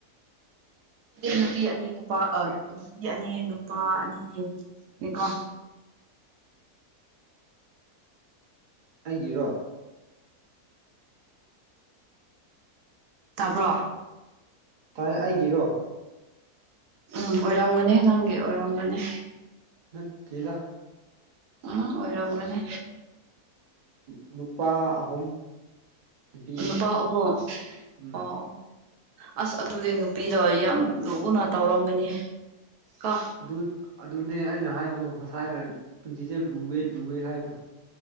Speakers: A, on the right; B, on the right.
A: ꯅꯨꯄꯤ ꯑꯅꯤ ꯅꯨꯄꯥ ꯅꯨꯄꯤ ꯑꯅꯤ ꯅꯨꯄꯥ ꯑꯅꯤ ꯍꯀꯣ
B: ꯑꯩꯒꯤꯔꯣ
A: ꯇꯥꯕ꯭ꯔꯣ
B: ꯇꯥꯏ ꯑꯩꯒꯤꯔꯣ
A: ꯎꯝ ꯑꯣꯏꯔꯝꯒꯅꯤ ꯅꯪꯒꯤ ꯑꯣꯏꯔꯝꯒꯅꯤ
B: ꯅ ꯀꯒ
A: ꯎꯝ ꯑꯣꯔꯝꯒꯅꯦ
B: ꯎ ꯅꯨꯄꯥ ꯑꯍꯨꯝ ꯅꯨꯄꯤ ꯑꯃ
A: ꯅꯨꯄꯥ ꯑꯍꯣꯡ
B: ꯎꯝ
A: ꯑꯣ ꯑꯁ ꯑꯗꯨꯗꯤ ꯅꯨꯄꯤꯗ ꯌꯥꯝ ꯂꯨꯅ ꯇꯧꯔꯝꯒꯅꯤ ꯀꯣ
B: ꯑꯗꯨ ꯑꯗꯨꯅꯦ ꯑꯩꯅ ꯍꯥꯏꯗꯣ ꯉꯁꯥꯏꯅ ꯄꯨꯟꯁꯤꯁꯦ ꯂꯨꯑꯦ ꯂꯨꯋꯦ ꯍꯥꯏꯗꯣ